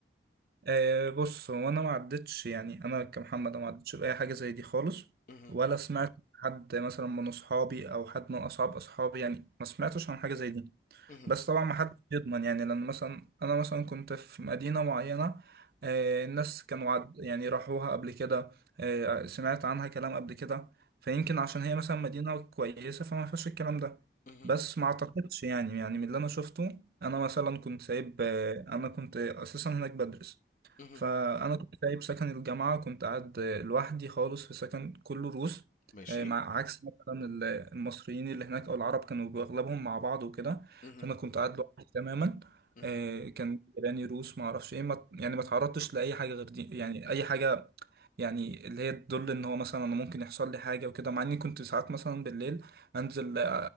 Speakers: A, on the right; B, on the left.
A: آه، بص هو انا ما عدتش يعني انا كمحمد أنا ما عدتش باي حاجه زي دي خالص
B: مهم.
A: ولا سمعت حد مثلا من اصحابي او حد من اصحاب اصحابي يعني ما سمعتش عن حاجه زي دي
B: مهم.
A: بس طبعا ما حدش يضمن يعني لان مثلا انا مثلا كنت في مدينه معينه آه، الناس كانوا عد يعني راحوها قبل كده آه، سمعت عنها كلام قبل كده فيمكن عشان هي مثلا مدينه كويسه فما فيهاش الكلام ده
B: مهم.
A: بس ما اعتقدش يعني يعني من اللي انا شفته انا مثلا كنت سايب آه، انا كنت اساسا هناك بدرس
B: مهم.
A: فانا كنت سايب سكن الجامعه كنت قاعد آه، لوحدي خالص في سكن كله روس
B: ماشي
A: آه، مع عكس مثلا ال- المصريين اللي هناك او العرب كانوا اغلبهم مع بعض وكده
B: مهم.
A: فانا كنت قاعد لوحدي تماما
B: مهم.
A: آه، كان جيراني روس ما اعرفش ايه ما يعني ما تعرضتش لاي حاجه غير دي يعني اي حاجه يعني اللي هي تدل ان هو مثلا انا ممكن يحصل لي حاجه وكده مع اني كنت ساعات مثلا بالليل انزل آه،